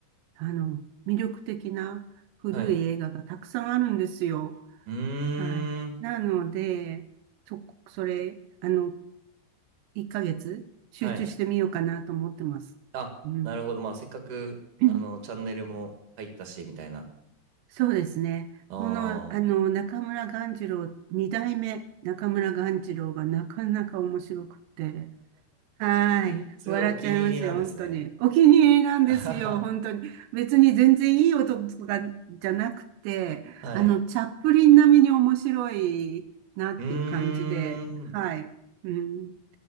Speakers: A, on the right (about 85°); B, on the right (about 55°).
A: あの、魅力的な古い映画がたくさんあるんですよ。
B: はい。うーん、
A: はい。なので、そこ、それ、あの、1ヶ月集中してみようかなと思ってます。
B: はい。あ、
A: うん。
B: なるほど。まあ、せっかく、
A: <clears throat> うん
B: あの、チャンネルも入ったし、みたいな。
A: そうですね。
B: あ
A: この、あの、
B: あ。
A: 中村鴈治郎、二代目中村鴈治郎がなかなか面白くって、はい。
B: <laughs> すごいお気に入りなんですね。
A: 笑っちゃいますよ、本当に。お気に入りなんですよ、
B: <laughs> あはは
A: 本当に。別に全然いい音とかじゃなくて、
B: はい。
A: あの、チャップリン並みに面白いなっていう感じで、
B: うーん。
A: はい。うん、